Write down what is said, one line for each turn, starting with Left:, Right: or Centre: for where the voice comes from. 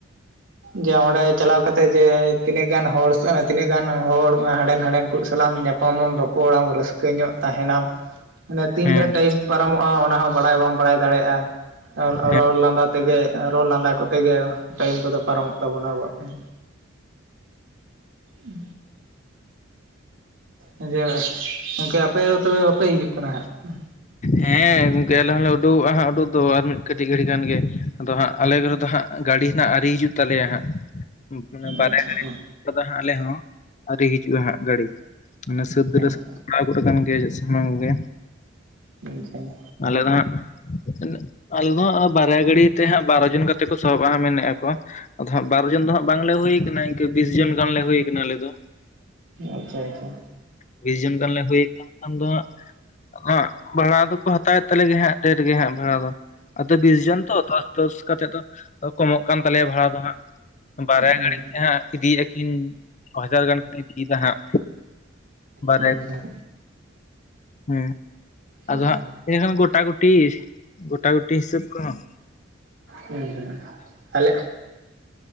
Right: ᱡᱮ ᱚᱸᱰᱮ ᱪᱟᱞᱟᱣ ᱠᱟᱛᱮᱜ, ᱡᱮ ᱮ ᱛᱤᱱᱟᱹᱜ ᱜᱟᱱ ᱦᱚᱲ ᱥᱟᱨᱟ, ᱛᱤᱱᱟᱹᱜ ᱜᱟᱱ ᱦᱚᱲ ᱚᱸ ᱦᱟᱸᱰᱮᱱ-ᱦᱟᱸᱰᱮᱱ ᱠᱩᱜ ᱥᱟᱞᱟᱜ ᱮᱢ ᱧᱟᱯ- -ᱯᱟ ᱢᱟᱢ, ᱨᱚᱯᱚᱲᱟᱢ ᱨᱟᱹᱥᱠᱟᱹ ᱧᱚᱜ ᱛᱟᱦᱮᱱᱟᱢ, ᱢᱟᱱᱮ ᱛᱤᱱᱨᱮ
Left: ᱦᱮᱸ
Right: ᱴᱟᱭᱤᱢ ᱯᱟᱨᱚᱢᱚᱜᱼᱟ, ᱚᱱᱟ ᱦᱚᱸ ᱵᱟᱲᱟᱭ ᱵᱟᱢ ᱵᱟᱲᱟᱭ ᱫᱟᱲᱮᱭᱟᱜᱼᱟ᱾ ᱚᱞ ᱟᱨᱚᱲ
Left: ᱦᱮᱸ
Right: ᱞᱟᱸᱫᱟ ᱛᱮᱜᱮ ᱮᱸ ᱨᱚᱲ ᱞᱟᱸᱫᱟ ᱠᱚᱛᱮ ᱜᱮᱣᱚᱦ, ᱴᱟᱭᱤᱢ ᱠᱚᱫᱚ ᱯᱟᱨᱚᱢᱚᱜ ᱛᱟᱵᱚᱱᱟ ᱟᱵᱚᱣᱟᱜ! ᱩᱸ ᱩᱸ! ᱩᱸ ᱡᱮ ᱜᱚᱝᱠᱮ, ᱟᱯᱮ ᱫᱚ ᱛᱚᱵᱮ ᱵᱟᱯᱮ ᱦᱤᱡᱩᱜ ᱠᱟᱱᱟ ᱦᱟᱸᱜ? ᱩᱸ
Left: ᱦᱮᱸᱻ ᱜᱚᱝᱠᱮ, ᱟᱞᱮ ᱦᱚᱸᱞᱮ ᱩᱰᱩᱜᱚᱜᱼᱟ, ᱦᱟᱸᱜ ᱩᱰᱩᱠ ᱫᱚ ᱟᱨ ᱢᱤᱫ ᱠᱟᱹᱴᱤᱡ ᱜᱷᱟᱹᱲᱤᱡ ᱜᱟᱱ ᱜᱮ ᱟᱫᱚ ᱦᱟᱸᱜ, ᱟᱞᱮ ᱠᱮᱹᱨᱮ ᱫᱚ ᱦᱟᱸᱜ ᱟᱸ ᱜᱟᱰᱤ ᱦᱟᱱᱟᱜ ᱟᱼᱨᱤ ᱦᱤᱡᱩᱜ ᱛᱟᱞᱮᱭᱟ ᱦᱟᱸᱜ! ᱩ ᱢᱟᱱᱮ ᱵᱟᱨᱭᱟ
Right: ᱟᱪᱪᱷᱟ ᱟᱪᱪᱷᱟ
Left: <inaudible> ᱠᱟᱫᱟ ᱦᱟᱸᱜ, ᱟᱞᱮ ᱦᱚᱸ ᱟᱼᱣᱨᱤ ᱦᱤᱡᱩᱜᱼᱟ, ᱦᱟᱸᱜ ᱜᱟᱹᱲᱤ! ᱢᱟᱱᱮ ᱥᱟᱹᱛ ᱫᱚᱞᱮ
Right: ᱟᱪᱪᱷᱟ
Left: ᱥᱟᱹ ᱵᱟᱲᱟᱟᱣ ᱜᱚᱴ ᱠᱟᱱ ᱜᱮᱭᱟ, ᱡᱟ ᱥᱟᱦᱱᱟᱢ ᱜᱚ ᱜᱮ᱾
Right: ᱵᱤᱧ ᱪᱷᱟᱱᱟ᱾
Left: ᱟᱞᱮ ᱫᱟ ᱦᱟᱸᱜ <inaudible> ᱟᱞ ᱫᱟ ᱦᱟᱸᱜ, ᱟᱸ ᱵᱟᱨᱭᱟ ᱜᱟᱹᱲᱤ ᱛᱮᱦᱟᱸᱜ, ᱵᱟᱨᱚ ᱡᱚᱱ ᱠᱟᱛᱮ ᱠᱚ ᱥᱟᱦᱚᱵᱚᱜᱼᱟ, ᱢᱮᱱᱮᱜᱼᱟ ᱠᱚ᱾ ᱟᱫᱚ ᱦᱟᱸᱜ ᱵᱟᱨ ᱡᱚᱱ ᱫᱚ ᱦᱟᱸᱜ ᱵᱟᱝᱞᱮ ᱦᱩᱭ ᱠᱟᱱᱟ, ᱤᱝᱠᱟᱹ ᱵᱤᱥ ᱡᱚᱱ ᱜᱟᱱᱞᱮ ᱦᱩᱭ ᱠᱟᱱᱟ, ᱟᱞᱮ ᱫᱚ᱾
Right: ᱟᱪᱪᱷᱟ-ᱪᱷᱟ!
Left: ᱩᱸ ᱵᱤᱥ ᱡᱚᱱ ᱜᱟᱱᱞᱮ ᱦᱩᱭ ᱠᱟᱱ-ᱠᱟᱱ ᱫᱚ ᱶᱟᱜ ᱟᱫᱚ ᱶᱟᱜ ᱵᱷᱟᱲᱟ ᱫᱚᱠᱚ ᱦᱟᱛᱟᱣᱮᱫ ᱛᱟᱞᱮᱜᱮ ᱦᱟᱸᱜ, ᱰᱮᱨ ᱜᱮ ᱦᱟᱸᱜ ᱵᱷᱟᱬᱟ ᱫᱚ ᱟᱫᱚ ᱵᱤᱥ ᱡᱚᱱ ᱛᱚ! <inaudible> ᱫᱚᱥ ᱠᱟᱛᱮᱜ ᱫᱚ, ᱠᱚᱢᱚᱜ ᱠᱟᱱ ᱛᱟᱞᱮᱭᱟ ᱵᱷᱟᱲᱟ ᱫᱚ ᱦᱟᱸᱜ! ᱵᱟᱨᱭᱟ
Right: ᱦᱮᱸ
Left: ᱜᱟᱲᱤ ᱛᱮ ᱦᱟᱸᱜ ᱤᱫᱤᱭᱮᱜ ᱟᱠᱤᱱ, ᱚ ᱦᱟᱡᱟᱨ ᱜᱟᱱ ᱠᱤᱱ ᱤᱫᱤ ᱫᱟᱦᱟᱸᱜ ᱵᱟᱨᱮ
Right: ᱦᱮᱸ
Left: ᱦᱮᱸ,
Right: ᱦᱮᱸ
Left: ᱟᱫᱚ ᱦᱟᱸᱜ ᱤᱱᱟᱹᱠᱷᱟᱱ ᱜᱚᱴᱟ-ᱜᱩᱴᱤ, ᱜᱚᱴᱟ-ᱜᱩᱴᱤ ᱦᱤᱥᱟᱹᱵ ᱠᱚᱦᱚᱸ᱾
Right: ᱦᱩᱸ, ᱟᱞᱮ